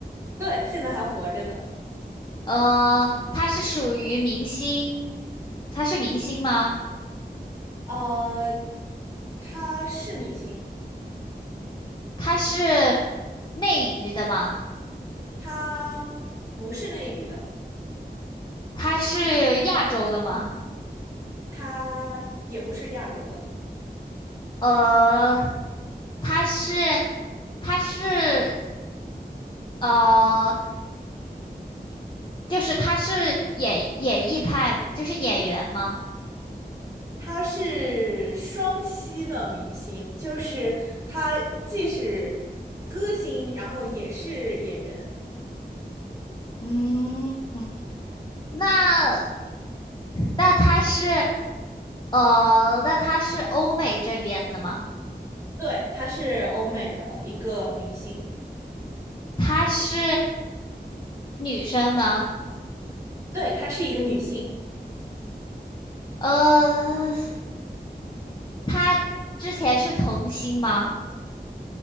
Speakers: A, on the right; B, on the left.
A: 对，现在还活着的。
B: 呃，他是属于明星，他是明星吗？
A: 呃，他是明星。
B: 他是内娱的吗？
A: 他不是内娱的，
B: 他是亚洲的吗？
A: 他也不是亚洲的，
B: 呃，他是他是呃。就是他是演演艺派，就是演员吗？
A: 他是双栖的明星，就是他既是歌星，然后也是演员。
B: 嗯，那那他是呃，那他是欧美这边的吗？
A: 对，她是欧美的一个明星，
B: 他是女生吗？
A: 对，她是一个女性，
B: 呃，他之前是童星吗？